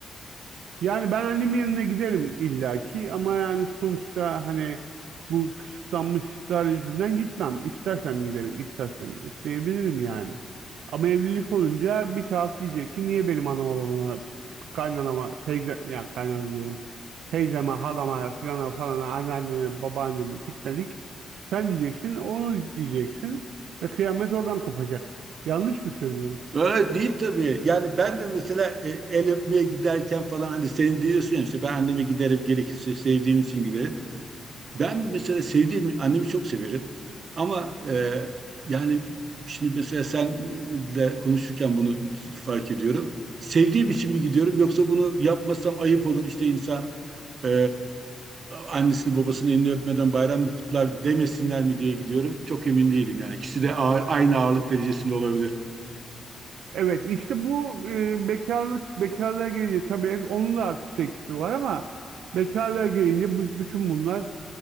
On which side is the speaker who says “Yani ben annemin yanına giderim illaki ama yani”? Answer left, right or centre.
Right